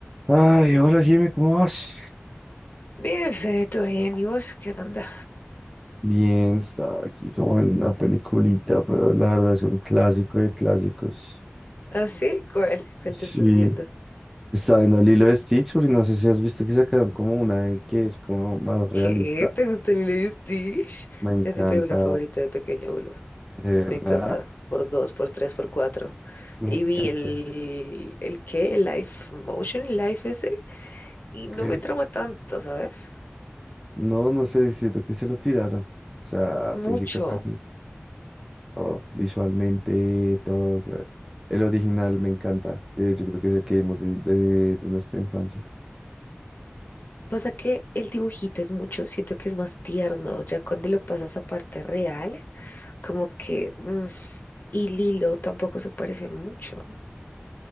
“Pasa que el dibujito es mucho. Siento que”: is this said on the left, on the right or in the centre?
Left